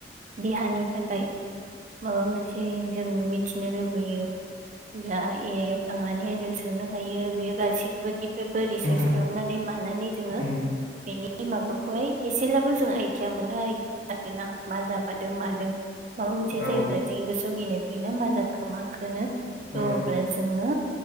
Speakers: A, on the right; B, on the left.
A: देहानि थाखाय माबा मोनसे जों मिथिनो लुबैयो होमब्ला ए आइ आव थांनानैहाय जों सोंनो हायो। बेयो गासैबोनिफ्रायबो रिसार्च
B: उम
A: खालामनानै मानानै जोङो
B: उम
A: बेनि माबाखौहाय एसेब्लाबो जों आइडिया मोनो आरोना मा जामारदों मादो माबा मोनसे
B: औ
A: जायोब्ला जोंनि गोस <unintelligible> फैयो ना मा जाखो माखोनो? थ'
B: उम
A: अब्ला जोङो।